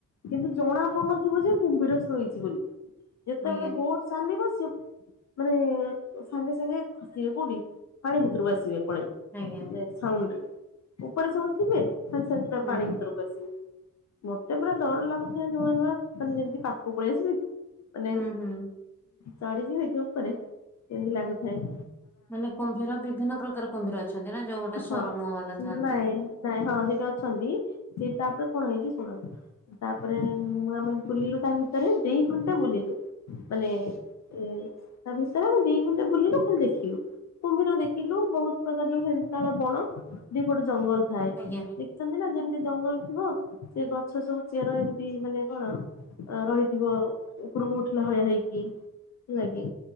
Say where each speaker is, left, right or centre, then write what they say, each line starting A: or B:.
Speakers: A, on the left; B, in the centre.
A: କିନ୍ତୁ ଜଣା ପଡୁନଥିବ ଯେ କୁମ୍ଭୀର ଶୋଇଛି ବୋଲି, ଯେତେବେଳେ
B: ଆଜ୍ଞା।
A: ବୋଟ ଚାଲିବ ସିଏ ମାନେ ସାଙ୍ଗେ ସାଙ୍ଗେ ଖସିବେ କୋଉଠି ପାଣି ଭିତରକୁ ଆସିବେ ପଳେଇ।
B: ଆଜ୍ଞା।
A: ମାନେ ଉପରେ ସବୁ ଥିବେ ସାଙ୍ଗେ ସାଙ୍ଗେ ତା
B: ହୁଁ
A: ପାଣି ଭିତରକୁ ମତେ ପୁରା ଡର ଲାଗୁଥାଏ ନୂଆ ନୂଆ ମାନେ ଯେମିତି ପାଖକୁ ପଳେଇ ଆସିବେ କି? ମାନେ
B: ହୁଁ ହୁଁ।
A: ଚଢ଼ି ଯିିବେ କି ଉପରେ ଯେମିତି ଲାଗୁଥାଇ।
B: ମାନେ କୁମ୍ଭୀର ବିଭିନ୍ନ ପ୍ରକାର କୁମ୍ଭୀର ଅଛନ୍ତି ନା ଯୋଉ ଗୋଟେ
A: ହଁ
B: ସରୁ ମୁହ ବାଲା ଥାନ୍ତି।
A: ନାଇଁ ନାଇଁ ହଁ ଦିଇଟା ଅଛନ୍ତି ସେ ତାପରେ କଣ ହେଇଛି ଶୁଣନ୍ତୁ। ତାପରେ ଆମେ ବୁଲିଲୁ ତା ଭିତରେ ଦି ଘଣ୍ଟା ବୁଲିଲୁ ମାନେ ଏ ତା ଭିତରେ ଆମେ ଦି ଘଣ୍ଟା ବୁଲିଲୁ ଖାଲି ଦେଖିଲୁ। କୁମ୍ଭୀର ଦେଖିଲୁ ବହୁତ ପ୍ରକାର ଯୋଉ ହେନ୍ତାଳ ବଣ ଦୀପଟେ ଜଙ୍ଗଲ ଥାଏ
B: ଆଜ୍ଞା
A: ଦେଖିଛନ୍ତି ନା? ନଁ ନା ଯେମିତି ଜଙ୍ଗଲ ଥିବ ସେ ଗଛ ସବୁ ଚେର ଏମିତି ମାନେ କଣ ରହିଥିବ ଉପରକୁ ଉଠିଲା ଭଳିୟା ହେଇକି ହେଲାକି।